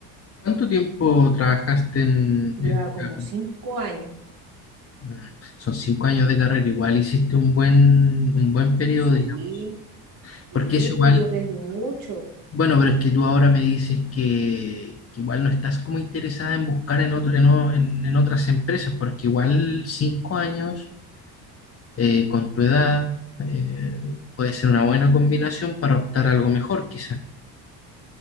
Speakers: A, on the left; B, on the right.
A: ¿Cuánto tiempo trabajaste en,
B: ya
A: en esta-
B: como cinco años.
A: mm, Son cinco años de carrera, igual hiciste un buen, un buen periodo,
B: Sí,
A: digamos.
B: sí,
A: Porque es igual,
B: pues yo aprendí mucho.
A: bueno, pero es que tú ahora me dices que, que igual no estás como interesada en buscar en otro, en, o- en- en otras empresas, porque igual cinco años eh, con tu edad eh, puede ser una buena combinación para optar a algo mejor, quizá.